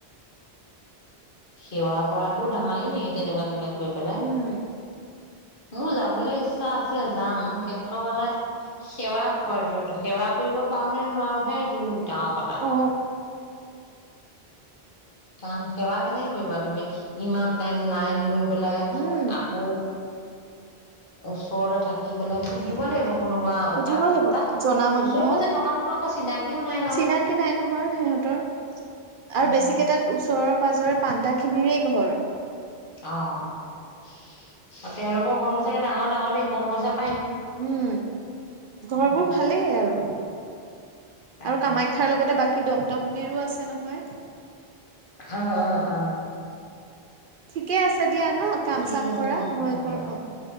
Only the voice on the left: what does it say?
সেৱা কৰাতো ধেমালি নেকি তেনেকুৱা জেগাত গৈ পেলাই
মোৰ যাবলৈ ইচ্ছা আছে যাম। মোৰ কিন্তু মানে সেৱা হয় সেৱা কৰিব পাৰো নে নোৱাৰো সেইটো। <unintelligible> কথা
কাৰণ সেৱা কেনেকে কৰিবা। তুমি ইমান টাইম লাইন লৈ পেলাই
আকৌ ওচৰতে থাকি পেলাই সুধিব লাগিব। কোনোবা
তাত
তাত
ওচৰে পাজৰে থকা মানুহ আকৌ চিনাকিও নাই নহয়।
উম,
অ, তেওঁলোকৰ ঘৰো চাগে ডাঙৰ ডাঙৰ দেই কম পইচাত
উম।
তাকেহে
আহ অ' আহ।
ঠিক
আছে
দিয়া হ'ব
দিয়া।